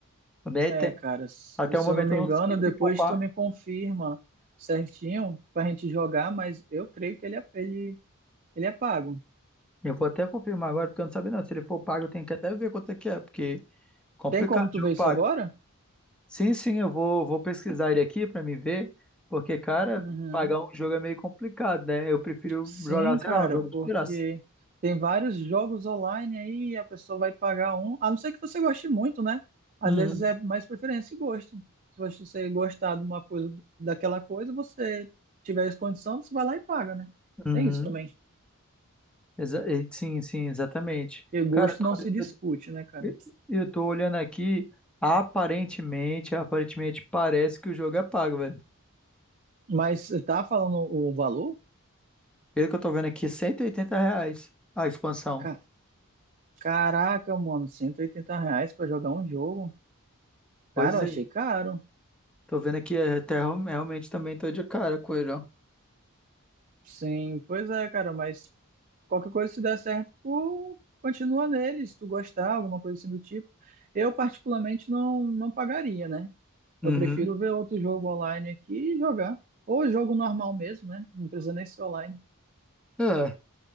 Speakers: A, in the centre; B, on the right.
A: né?
B: É,
A: Tem-
B: cara, se
A: Até
B: se
A: o momento
B: eu não me
A: eu não
B: engano,
A: sei
B: depois
A: se for pago.
B: tu me confirma certinho pra gente jogar, mas eu creio que ele é, ele, ele é pago.
A: Eu vou até confirmar agora, porque eu não sabia não. Se ele for pago, eu tenho que até ver quanto é que é, porque complicado,
B: Tem como tu
A: jogo
B: ver isso
A: pago.
B: agora?
A: Sim, sim, eu vou, vou pesquisar ele aqui para me ver, porque, cara,
B: Uhum.
A: pagar um jogo é meio complicado, né? Eu prefiro
B: Sim,
A: jogar, sei
B: cara,
A: lá, um jogo de
B: porque
A: graça.
B: tem vários jogos online aí e a pessoa vai pagar um, a não ser que você goste muito, né? Às
A: Uhum,
B: vezes é mais preferência e gosto. Se você gostar de uma coisa, daquela coisa, você tiver as condições, você vai lá e paga, né?
A: uhum.
B: Tem isso também.
A: Exa- e- sim, sim, exatamente.
B: E gosto
A: Cara, eu tô,
B: não se discute, né, cara?
A: eu, eu tô olhando aqui, aparentemente, aparentemente parece que o jogo é pago, velho.
B: Mas você tá falando o valor?
A: Pelo que eu tô vendo aqui, 180 reais a expansão.
B: Ca- Caraca, mano, 180 reais pra jogar um jogo.
A: Pois
B: Cara, eu
A: é.
B: achei caro.
A: Tô vendo aqui, é, até real- realmente também tô de cara com ele, ó.
B: Sim, pois é, cara, mas qualquer coisa se der certo, tu continua nele, se tu gostar, alguma coisa assim do tipo. Eu, particularmente, não, não pagaria, né?
A: Uhum.
B: Eu prefiro ver outro jogo online aqui e jogar. Ou jogo normal mesmo, né? Não precisa nem ser online.
A: É,